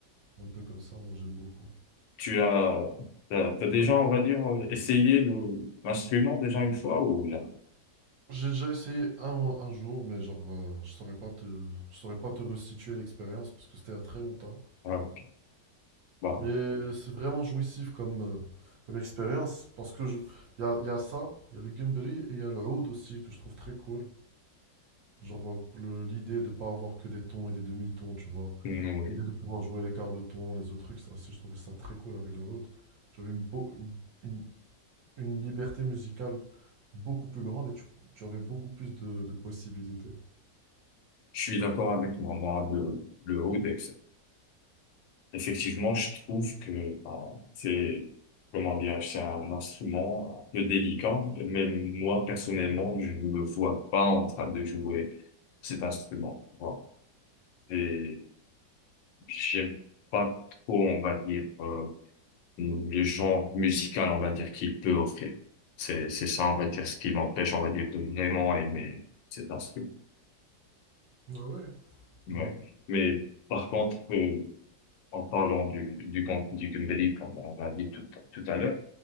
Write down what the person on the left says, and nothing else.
Tu as, t'as, t'as déjà, on va dire, euh, essayé le- l'instrument déjà une fois ou jamais?
Ah, ok. Bah,
mm, oui.
Je suis d'accord avec moi. Moi, le, le oud, etc. Effectivement, je trouve que ben, c'est, comment dire, c'est un instrument un peu délicat. Même moi, personnellement, je ne me vois pas en train de jouer cet instrument. tu vois. Et j'aime pas trop, on va dire, euh, le genre musical, on va dire, qu'il peut offrir. C'est, c'est ça, on va dire, ce qui m'empêche, on va dire, de vraiment aimer cet instrument.
Ouais.
Mais par contre, euh, en parlant du, du, du, du Gundeli, comme on l'a dit tout, tout à l'heure,